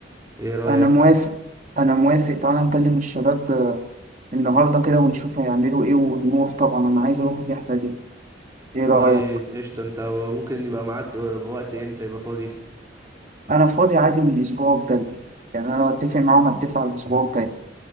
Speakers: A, on the right (about 15°); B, on the right (about 40°).
A: إيه رأيك؟
B: أنا موافق أنا موافق تعالى نكلم الشباب آه، النهاردة كده ونشوف هيعملوا إيه ونروح طبعا أنا عايز أروح الرحلة دي إيه رأيك؟
A: طيب قشطة أنت ممكن يبقى معاك آه، وقت إمتى يبقى فاضي؟
B: أنا فاضي عايز من الأسبوع الجاي يعني أنا أتفق معاهم أتفق على الأسبوع الجاي